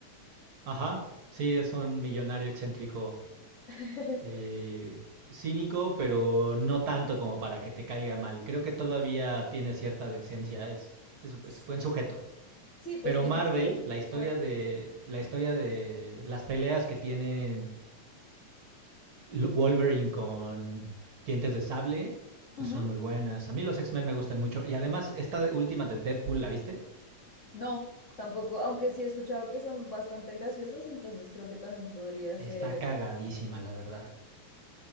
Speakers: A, on the right (about 50°); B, on the left (about 60°).
A: Ajá, sí, es un millonario excéntrico,
B: <laughs>
A: eh, cínico, pero no tanto como para que te caiga mal. Creo que todavía tiene cierta decencia, es, es,
B: Sí,
A: es buen sujeto.
B: sí, pues
A: Pero
B: tiene
A: Marvel,
B: todo
A: la historia
B: como algo-
A: de, la historia de las peleas que tienen Lu- Wolverine con Dientes de Sable, pues
B: Ujú.
A: son muy buenas. A mí los X-Men me gustan mucho. Y además, esta de- última de Deadpool, ¿la viste?
B: No, tampoco, aunque sí he escuchado que son bastante graciosas, entonces creo que también podría
A: Está
B: ser
A: cagadísima, la verdad.